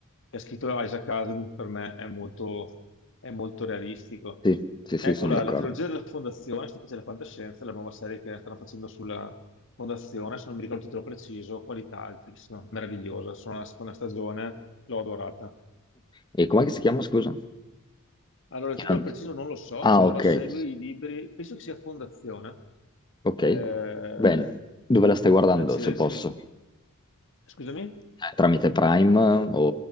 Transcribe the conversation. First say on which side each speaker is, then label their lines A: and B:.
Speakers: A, on the left; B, on the left.
A: che ha scritto Isaac Asimov, per me è molto, è molto realistico.
B: Sì, sì, sì,
A: Ecco
B: sono
A: la,
B: d'accordo.
A: la trilogia della Fondazione, se ti piace la fantascienza, è la nuova serie che stanno facendo sulla Fondazione, se non mi ricordo il titolo preciso, qualità altissima, meravigliosa, sono alla seconda stagione, l'ho adorata.
B: E com'è che si chiama, scusa?
A: Allora,
B: che
A: il titolo
B: non
A: preciso
B: ti trovo.
A: non lo so,
B: Ah,
A: però
B: ok,
A: segue i libri, penso che sia Fondazione,
B: ok.
A: eh,
B: Bene. Dove la stai guardando,
A: da Cerchi,
B: se posso?
A: scusami,
B: Tramite Prime eh, o...